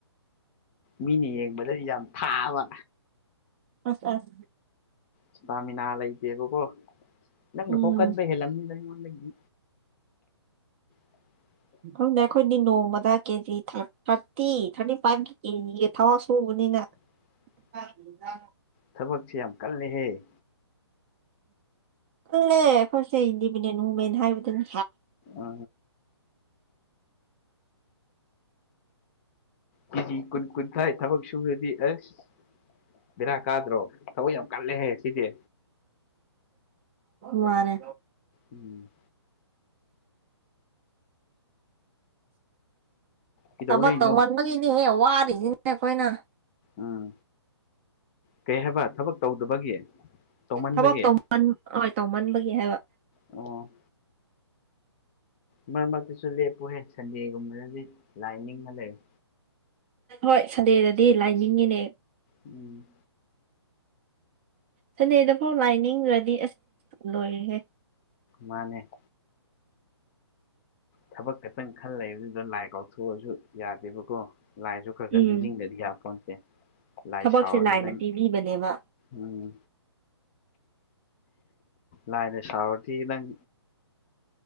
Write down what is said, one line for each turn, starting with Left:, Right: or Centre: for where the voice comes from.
Left: ꯃꯤꯅ ꯌꯦꯡꯕꯗ ꯌꯥꯝ ꯊꯥꯕ
Right: ꯑꯁ ꯑꯁ
Left: ꯏꯁꯇꯥꯃꯤꯅꯥ ꯂꯩꯇꯦꯕꯀꯣ ꯅꯪꯅꯐꯥꯎ
Right: ꯎꯝ
Left: ꯀꯟꯕ ꯍꯦꯜꯂꯝꯅꯤꯗ ꯑꯩꯉꯣꯟꯗꯒꯤ <unintelligible>
Right: ꯈꯪꯗꯦ ꯑꯩꯈꯣꯏꯗꯤ ꯅꯣꯡꯃꯗ ꯀꯦꯖꯤ ꯊꯥꯔꯇꯤ ꯊꯥꯔꯇꯤ ꯐꯥꯏꯚꯀꯤ ꯀꯦꯖꯤꯒꯤ ꯊꯕꯛ ꯁꯨꯕꯅꯤꯅ
Left: <unintelligible>
Right: <unintelligible>
Left: ꯊꯕꯛꯁꯤ ꯌꯥꯝ ꯀꯜꯂꯤꯍꯦ
Right: ꯀꯥꯜꯂꯦ ꯑꯩꯈꯣꯏꯁꯦ ꯏꯟꯗꯤꯄꯦꯟꯗꯦꯟ ꯋꯨꯃꯦꯟ ꯍꯥꯏꯕꯗꯨꯅ
Left: ꯑ ꯀꯦꯖꯤ ꯀꯨꯟ ꯀꯨꯟꯊ꯭ꯔꯥꯏ ꯊꯕꯛ ꯁꯨꯕꯗꯤ ꯑꯁ ꯕꯦꯔꯥ ꯀꯥꯗ꯭ꯔꯣ ꯊꯕꯛ ꯌꯥꯝ ꯀꯜꯂꯦꯍꯦ ꯁꯤꯗꯤ
Right: ꯃꯥꯅꯦ
Left: ꯎꯝ ꯀꯩꯗꯧ
Right: ꯊꯕꯛ
Left: ꯂꯩꯅꯣ
Right: ꯇꯧꯃꯟꯕꯒꯤꯅꯦ ꯍꯦ ꯋꯥꯔꯤꯁꯤꯅꯦ ꯑꯩꯈꯣꯏꯅ
Left: ꯎꯝ ꯀꯩ ꯍꯥꯏꯕ ꯊꯕꯛ ꯇꯧꯗꯕꯒꯤ ꯇꯧꯃꯟꯕꯒꯤ
Right: ꯊꯕꯛ ꯇꯧ ꯍ ꯇꯧꯃꯟꯕꯒꯤ ꯍꯥꯏꯕ
Left: ꯑꯣ ꯃꯔꯛ ꯃꯔꯛꯇꯁꯨ ꯂꯦꯞꯄꯨꯍꯦ ꯁꯟꯗꯦꯒꯨꯝꯕꯗꯗꯤ ꯂꯥꯏ ꯅꯤꯡꯉ ꯂꯩꯑꯣ
Right: ꯍꯣꯏ ꯁꯟꯗꯦꯗꯗꯤ ꯂꯥꯏ ꯅꯤꯡꯉꯤꯅꯦ
Left: ꯎꯝ
Right: ꯁꯥꯅꯗꯦꯗꯐꯥꯎ ꯂꯥꯏꯅꯤꯡꯗ꯭ꯔꯗꯤ ꯑꯁ ꯂꯣꯏꯔꯍꯦ
Left: ꯃꯥꯅꯦ ꯊꯕꯛ ꯈꯦꯛꯇꯪ ꯈꯜ ꯂꯩꯕꯗꯨꯗ ꯂꯥꯏ ꯀꯥꯎꯊꯣꯛꯑꯁꯨ ꯌꯥꯗꯦꯕꯀꯣ ꯂꯥꯏꯁꯨ ꯈꯔ ꯈꯔ
Right: ꯎꯝ
Left: ꯅꯤꯡꯁꯤꯡꯗꯗꯤ ꯌꯥꯄꯣꯟꯇꯦ ꯂꯥꯏ
Right: ꯊꯕꯛꯁꯦ
Left: ꯁꯥꯎꯔꯗ
Right: ꯂꯥꯏꯅ
Left: ꯅꯪ
Right: ꯄꯤꯕꯤꯕꯅꯦꯕ
Left: ꯎꯝ ꯂꯥꯏꯅ ꯁꯥꯎꯔꯥꯗꯤ ꯅꯪ